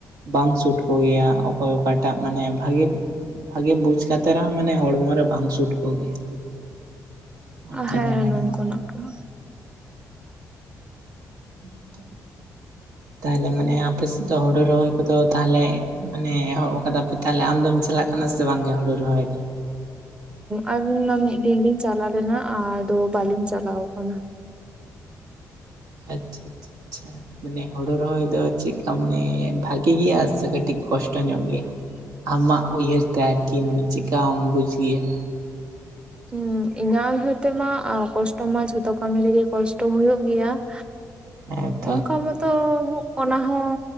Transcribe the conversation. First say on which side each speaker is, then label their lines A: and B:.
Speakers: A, on the right (about 75°); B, on the right (about 15°).
A: ᱵᱟᱝ ᱥᱩᱴ ᱠᱚᱜᱮᱭᱟ ᱚᱠᱚᱭ ᱚᱠᱟᱴᱟᱜ ᱢᱟᱱᱮ ᱵᱷᱟᱜᱮ ᱵᱷᱟᱜᱮ ᱵᱩᱡᱽ ᱠᱟᱛᱮ ᱨᱮᱦᱚᱸ ᱢᱟᱱᱮ ᱦᱚᱲᱢᱚ ᱨᱮ ᱵᱟᱝ ᱥᱩᱴ ᱠᱚᱜᱮᱭᱟ᱾ ᱚᱱᱠᱟ
B: ᱟ ᱦᱮᱸ
A: ᱞᱮᱠᱟᱱᱟᱜ
B: ᱱᱚᱝᱠᱟᱱᱟᱜ ᱠᱟᱱᱟ ᱾
A: ᱦᱮᱸ ᱛᱚ ᱛᱟᱦᱞᱮ ᱢᱟᱱᱮ ᱟᱯᱮᱥᱮᱫ ᱫᱚ ᱦᱳᱲᱳ ᱨᱚᱦᱚᱭ ᱠᱚᱫᱚ ᱛᱟᱦᱞᱮ ᱢᱟᱱᱮ ᱮᱦᱚᱵ ᱠᱟᱫᱟ ᱯᱮ? ᱛᱟᱦᱚᱞᱮ ᱟᱢᱫᱚᱢ ᱪᱟᱞᱟᱜ ᱠᱟᱱᱟ ᱥᱮ ᱵᱟᱝᱜᱮ ᱦᱩᱲᱩ ᱨᱚᱦᱚᱭ ᱫᱚ?
B: ᱟᱹᱞᱤᱧ ᱢᱟ ᱢᱤᱫ ᱫᱤᱱ ᱞᱤᱧ ᱪᱟᱞᱟᱣ ᱞᱮᱱᱟ ᱟᱫᱚ ᱵᱟᱹᱞᱤᱧ ᱪᱟᱞᱟᱣ ᱟᱠᱟᱱᱟ᱾
A: ᱟᱪᱪᱷᱟ ᱟᱪᱪᱷᱟ ᱟᱪᱪᱷᱟ ᱢᱟᱱᱮ ᱦᱩᱲᱩ ᱨᱚᱦᱚᱭ ᱫᱚ ᱪᱮᱫ ᱞᱮᱠᱟ ᱢᱟᱱᱮ ᱵᱷᱟᱹᱜᱤ ᱜᱮᱭᱟ ᱥᱮ ᱠᱟᱹᱴᱤᱡ ᱠᱚᱥᱴᱚ ᱧᱚᱜ ᱜᱮᱭᱟ? ᱟᱢᱟᱜ ᱩᱭᱦᱟᱹᱨ ᱛᱮ ᱟᱨᱠᱤ ᱢᱟᱱᱮ ᱪᱮᱠᱟᱢ ᱵᱩᱡᱽ ᱜᱮᱭᱟ
B: ᱦᱩ ᱤᱧᱟᱹᱜ ᱦᱚᱭᱛᱟ ᱢᱟ ᱠᱚᱥᱴᱚ ᱢᱟ ᱡᱷᱚᱛᱚ ᱠᱟᱹᱢᱤ ᱨᱮᱜᱮ ᱠᱚᱥᱴᱚ ᱦᱩᱭᱩᱜ ᱜᱮᱭᱟ᱾ <unintelligible>
A: ᱦᱮᱸ ᱛᱚ᱾
B: ᱚᱱᱠᱟ ᱢᱚᱛᱚ ᱚᱱᱟ ᱦᱚᱸ